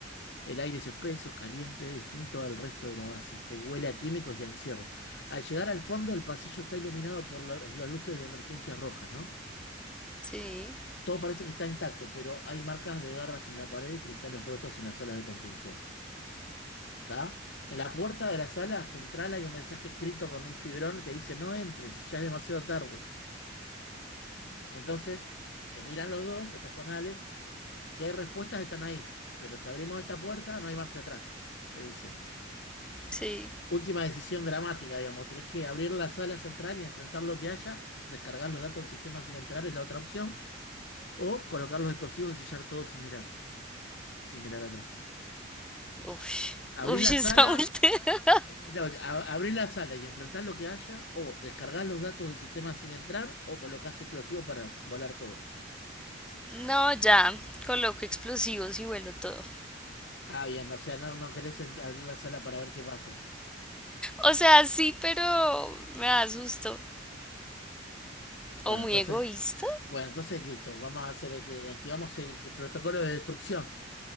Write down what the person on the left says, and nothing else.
El aire es espeso, caliente, distinto al resto de la base. El huele a químicos y a encierro. Al llegar al fondo, el pasillo está iluminado por la- las luces de emergencia rojas, ¿no?
Todo parece que está intacto, pero hay marcas de garras en la pared y cristales rotos en la sala de contención. ¿Está? En la puerta de la sala central hay un mensaje escrito con un fibrón que dice: No entres, ya es demasiado tarde. Entonces, se miran los dos, estás con Alex. Si hay respuestas, están ahí. Pero si abrimos esta puerta, no hay marcha atrás, te dice.
Última decisión dramática, digamos. Tenés que abrir la sala central y enfrentar lo que haya, descargar los datos del sistema sin entrar es la otra opción, o colocar los explosivos y sellar todo sin mirar, sin mirar atrás.
Abrí
la
sala,
eh, no, a- abrí la sala y enfrentar lo que haya, o descargar los datos del sistema sin entrar, o colocás explosivos para volar todo.
Ah, bien, o sea, no, no querés en- abrir la sala para ver qué pasa.
Bueno,
entonces,
bueno, entonces listo, vamos a hacer que activamos el protocolo de destrucción.